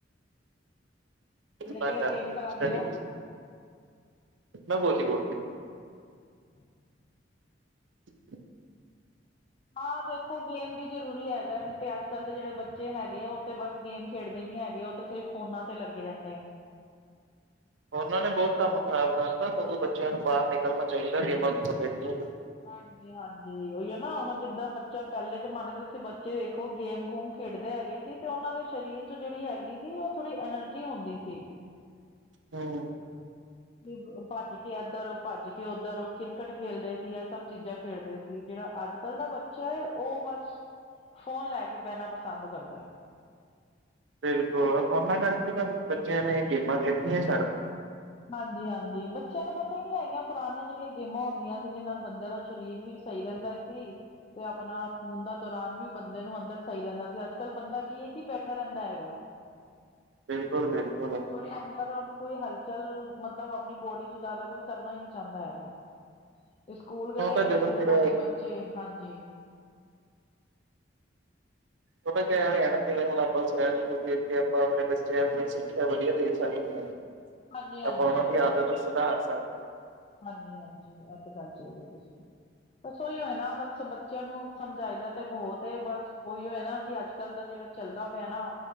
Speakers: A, on the left (about 30°); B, on the right (about 75°).
A: ਮੇਰਾ
B: ਤਾਂ
A: ਕਿਹੜਾ
B: ਕਰਕੇ
A: ਗੇਮ ਕਰਾਉਂਦੇ
B: ਸਟੱਡੀ
A: ਉ?
B: ਮੈਂ ਵੋਲੀਵੋਲ।
A: <inaudible>
B: <inaudible>
A: ਹਾਂ, ਦੇਖੋ ਗੇਮ ਵੀ ਜ਼ਰੂਰੀ ਹੈਗਾ। ਨਹੀਂ ਤੇ ਅੱਜ-ਕੱਲ੍ਹ ਦੇ ਜਿਹੜੇ ਬੱਚੇ ਹੈਗੇ, ਉਹ ਤੇ ਬਸ ਗੇਮ ਖੇਡਦੇ ਨੀ ਹੈਗੇ। ਉਹ ਤਾਂ ਸਿਰਫ ਫ਼ੋਨਾਂ ਤੇ ਲੱਗੇ ਰਹਿੰਦੇ ਐ। <inaudible>
B: ਫ਼ੋਨਾਂ ਨੇ ਬਹੁਤ ਕੰਮ ਖ਼ਰਾਬ ਕਰਤਾ। ਸਗੋਂ ਬੱਚਿਆਂ ਨੂੰ ਬਾਹਰ ਨਿਕਲਣਾ ਚਾਹੀਦਾ। ਗੇਮਾਂ-ਗੂਮਾਂ ਖੇਡਣੀਆਂ
A: ਹਾਂਜੀ। ਹਾਂਜੀ। ਉਈਓ ਨਾ ਹੁਣ ਜਿੱਦਾਂ, ਬੱਚਾ ਪਹਿਲੇ ਜਮਾਨੇ ਦੇ ਤੁਸੀਂ ਬੱਚੇ ਦੇੇਖੋ, ਗੇਮ-ਗੂਮ ਖੇਡਦੇ ਹੈਗੇ ਸੀ ਤੇ ਉਹਨਾਂ ਦੇ ਸ਼ਰੀਰ 'ਚ ਜਿਹੜੀ ਹੈਗੀ ਸੀ, ਉਹ ਥੋੜ੍ਹੀ ਐਨਰਜੀ ਹੁੰਦੀ ਸੀ।
B: ਹਮ।
A: ਵੀ ਭੱਜ ਕੇ ਐਧਰ, ਭੱਜ ਕੇ ਉੱਧਰ। ਉਹ ਕ੍ਰਿਕਟ ਖੇਲਦੇ ਸੀ। ਇਹ ਸਭ ਚੀਜ਼ਾਂ ਖੇਡਦੇ ਤੇ ਜਿਹੜਾ ਅੱਜ-ਕੱਲ੍ਹ ਦਾ ਬੱਚਾ ਏ। ਉਹ ਬਸ ਫ਼ੋਨ ਲੈ ਕੇ ਬਹਿਣਾ ਪਸੰਦ ਕਰਦਾ।
B: ਬਿਲਕੁਲ, ਆ ਫੋਨਾਂ ਕਰਕੇ ਤਾਂ ਬੱਚਿਆਂ ਨੇ ਇਹ ਗੇਮਾਂ ਖੇਡਣੀਆਂ ਛੱਡਤੀਆ।
A: ਹਾਂਜੀ-ਹਾਂਜੀ। ਬੱਚਿਆਂ ਨੂੰ ਪਤਾ ਈ ਨੀ ਹੈਗਾ। ਪੁਰਾਣੀਆਂ ਜਿਹੜੀਆਂ ਗੇਮਾਂ ਹੁੰਦੀਆਂ ਸੀ। ਜੀਦੇ ਨਾਲ ਬੰਦੇ ਦਾ ਸ਼ਰੀਰ ਵੀ ਸਹੀ ਰਹਿੰਦਾ ਏ ਸੀ। ਤੇ ਆਪਣਾ ਖੂਨ ਦਾ ਦੌਰਾਨ ਵੀ, ਬੰਦੇ ਨੂੰ ਅੰਦਰ ਸਹੀ ਰਹਿੰਦਾ ਸੀ। ਅੱਜ-ਕੱਲ੍ਹ ਬੰਦਾ ਕੀ ਐ, ਕਿ ਬੈਠਾ ਰਹਿੰਦਾ ਹੈਗਾ ਐ। <inaudible>
B: ਬਿਲਕੁਲ-ਬਿਲਕੁਲ।
A: ਤੇ ਅੰਦਰ ਉਹਨੂੰ ਕੋਈ ਹਲਚਲ। ਮਤਲਬ ਆਪਣੀ ਬੋਡੀ 'ਚ ਜ਼ਿਆਦਾ ਕੋਈ ਕਰਨਾ ਈ ਨ੍ਹੀਂ ਚਾਹੁੰਦਾ ਹੈਗਾ। ਇਹ ਸਕੂਲ ਗਏ,
B: ਉਹ ਤਾਂ ਜਦੋਂ
A: ਇਸਕੂਲੋਂ
B: ਫਿਰ
A: ਦੀ ਬੱਚੇ, ਹਾਂਜੀ।
B: ਉਹ ਤਾਂ ਇਕ ਐਵੇਂ ਏ ਨਾ। ਜਿਵੇਂ ਹੁਣ ਆਪਾਂ ਸਿਆਣੇ ਈ ਹੋਗੇ। ਅੱਗੇ ਆਪਾਂ ਆਪਣੇ ਬੱਚਿਆਂ ਨੂੰ ਇਹ ਸਿੱਖਿਆ ਵਧੀਆ ਦੇ ਸਕਦੇ ਆ।
A: ਹਾਂਜੀ ਹਾਂਜੀ
B: ਆਪਾ ਓਹਨਾਂ ਦੀਆ ਆਦਤਾਂ ਸੁਧਾਰ ਸਕ
A: ਹਾਂਜੀ-ਹਾਂਜੀ। ਐਹ ਤਾਂ ਗੱਲ ਸਹੀ ਕਹੀ ਤੁਸੀਂ। ਬਸ ਓਈਓ ਐ ਨਾ, ਬਸ ਬੱਚਿਆਂ ਨੂੰ ਸਮਝਾਈ ਦਾ ਤਾਂ ਬਹੁਤ ਏ। ਬਸ ਉਈਓ ਐ ਨਾ, ਕਿ ਅੱਜ-ਕੱਲ੍ਹ ਦਾ ਜਿਹੜਾ ਚੱਲਦਾ ਪਿਆ ਨਾ